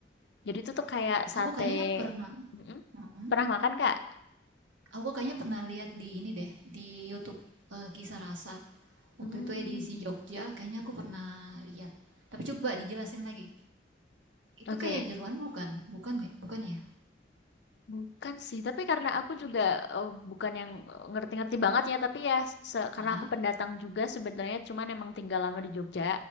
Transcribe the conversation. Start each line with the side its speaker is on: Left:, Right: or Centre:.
Left: Jadi itu tuh kayak sate.
Right: Aku kayaknya pernah.
Left: Mm-mm.
Right: Hmm.
Left: Pernah makan, Kak?
Right: Aku kayaknya pernah lihat di ini deh, di YouTube eh, Kisah Rasa.
Left: Hmm,
Right: Waktu itu edisi Jogja, kayaknya aku pernah lihat. Tapi coba dijelasin lagi. Itu
Left: oke,
Right: kayak jeroan bukan? Bukan nggak- bukan ya?
Left: Bukan sih, tapi karena aku juga eh, bukan yang eh, ngerti-ngerti banget ya, tapi ya se- karena
Right: Aa,
Left: aku pendatang juga sebenarnya, cuman emang tinggal lama di Jogja.